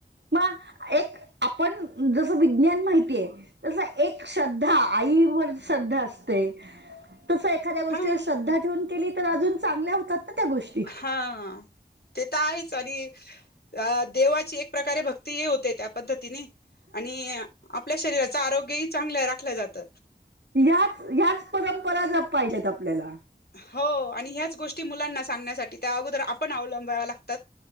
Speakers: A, on the right (about 80°); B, on the left (about 60°).
A: मा, एक, आपण जस विज्ञान माहितीय, तस एक श्रद्धा आईवर श्रद्धा असते, तस एखाद्या गोष्टीवर
B: हा
A: श्रद्धा ठेवून केली तर अजून चांगल्या होतात ना त्या गोष्
B: हा, ते तर आहेच आणि अ देवाची एक प्रकारे भक्ती हि होते त्यात. पद्धतीने, आणि आपल्या शरीराच आरोग्यही चांगलं राखलं जात.
A: ह्याच ह्याच परंपरा जपायच्यात आपल्याला.
B: हो आणि ह्याच गोष्टी मुलांना सांगण्यासाठी त्या अगोदर आपण अवलंब्यावा लागतात.